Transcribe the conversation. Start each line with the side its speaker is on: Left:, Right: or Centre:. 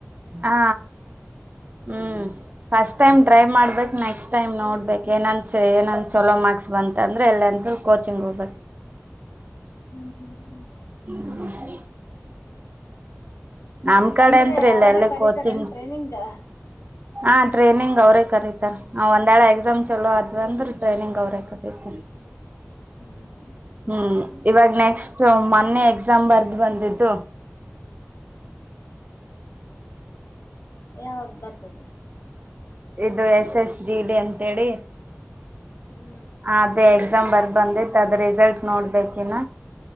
Right: ಹಾ ಹ್ಮ್ ಫಸ್ಟ್ ಟೈಮ್ ಟ್ರೈ ಮಾಡ್ಬೇಕು. ನೆಕ್ಸ್ಟ್ ಟೈಮ್ ನೋಡ್ಬೇಕು ಏನಂದು ಏನಂದು ಛಲೋ ಮಾರ್ಕ್ಸ್ ಬಂತ ಅಂದ್ರೆ ಎಲ್ಲೆಂದೂ ಕೋಚಿಂಗ್ ಹೋಗಬೇಕು.
Left: ಹ್ಮ್ ಹ್ಮ್ ಹ್ಮ್-
Right: ಹ್ಮ- ನಮ್ ಕಡೆ
Left: ಅಂದ್ರೆ
Right: ಅಂತ್ರು ಇಲ್ಲ
Left: ಅವ್ರೇ
Right: ಎಲ್ಲಿ
Left: ಕರಿತಾರೇನ್
Right: ಕೋಚಿಂಗ್.
Left: ಟ್ರೈನಿಂಗ್ ಹ
Right: ಹಾ ಟ್ರೈನಿಂಗ್ ಅವ್ರೇ ಕರೀತಾರ ಒಂದೆರಡ ಎಕ್ಸಾಮ್ ಚಲೋ ಅದ್ ಅಂದ್ರೆ ಟ್ರೈನಿಂಗ್ ಅವ್ರೇ ಕರೀತ.
Left: ಹ್ಮ್ ಹ್ಮ್-
Right: ಹ್ಮ್ ಇವಾಗ ನೆಕ್ಸ್ಟ್ ಮೊನ್ನೆ ಎಕ್ಸಾಮ್ ಬರ್ದು ಬಂದಿದ್ದು.
Left: ಯಾವ್ ಬರ್ಬೋದು.
Right: ಇದು ಎಸ್ ಎಸ್ ಜಿ ಡಿ ಅಂತೇಳಿ
Left: ಹ್ಮ್
Right: ಅದೇ. ಎಕ್ಸಾಮ್ ಬರ್ ಬಂದಿತ್ತು ಅದ ರಿಸಲ್ಟ್ ನೋಡ್ಬೇಕಿನ.